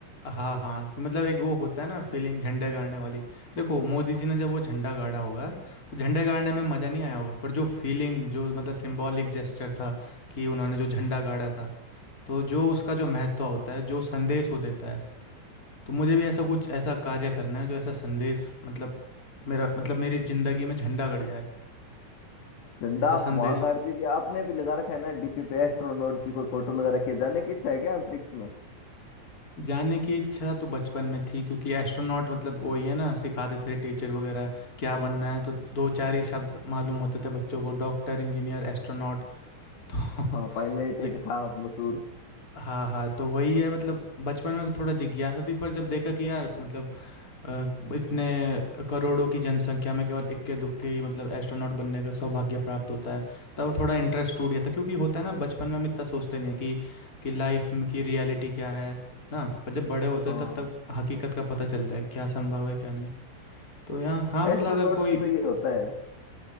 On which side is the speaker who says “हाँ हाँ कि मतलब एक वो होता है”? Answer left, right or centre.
Left